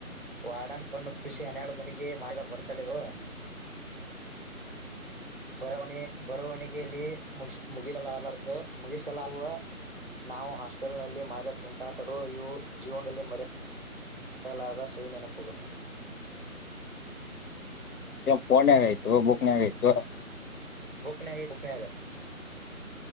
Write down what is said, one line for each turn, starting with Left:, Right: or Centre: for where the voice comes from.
Right: ವಾಡನ್ ಕಣ್ಣುಪ್ಪಿಸಿ ಹನ್ನೆರಡು ಗಂಟಿ ಮಾದ ಬರ್ತ್ಡೇಗಳು ಬರವಣೆ ಬರವಣಿಗೆಯಲ್ಲಿ ಮುಗ ಮುಗಿಸಲಲಾರ್ದು ಮುಗಿಸಲುವ ನಾವು ಹಾಸ್ಟೆಲ್ನಲ್ಲಿ ಮಾಡಿದ ತುಂಟಾಟಗಳು ಇವು ಜೀವನದಲ್ಲಿ ಮರಿಯಾ ಮರೆಯಲಾದ ಸವಿ ನೆನಪುಗಳು
Left: ಫೋನ್ನಾಗ್ ಆಯ್ತು ಬುಕ್ನಗ ಆಯ್ತು
Right: ಬುಕ್ಕನಾಗ್ ಬುಕ್ಕನಾಗ್